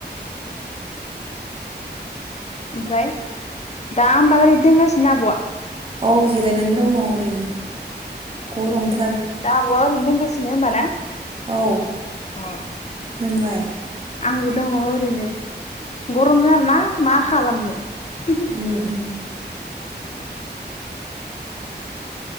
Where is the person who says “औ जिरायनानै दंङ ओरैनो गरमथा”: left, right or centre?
Right